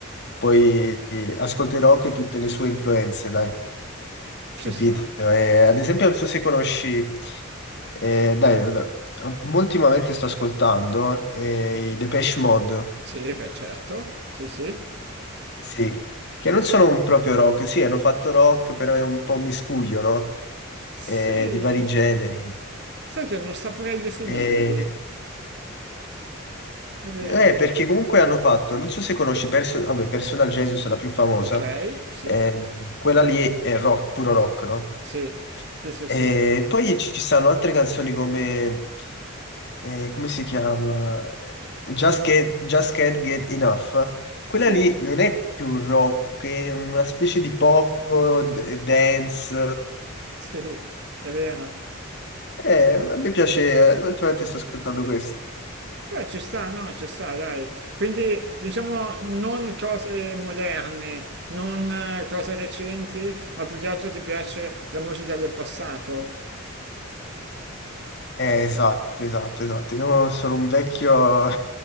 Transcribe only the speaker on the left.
poi eh, ascolto il rock e tutte le sue influenze, dai,
capito?
Eh, ad esempio, non so se conosci... Eh, dai, allora, um, ultimamente sto ascoltando eh, i Depeche Mode,
sì, che non sono un proprio rock, sì, hanno fatto rock, però è un po' un miscuglio, no?
Eh, di vari generi.
Eh,
eh, perché comunque hanno fatto, non so se conosci Person- vabbè, Personal Jesus, la più famosa,
eh, quella lì è rock, puro rock, no?
E
poi ci stanno altre canzoni come, eh, come si chiama? Just Can't, Just Can't Get Enough. Quella
lì non è più rock, è una specie di pop, d- dance.
Eh, a me piace, eh, ultimamente sto ascoltando questo.
Eh, esatto, esatto, esatto. Io sono un vecchio,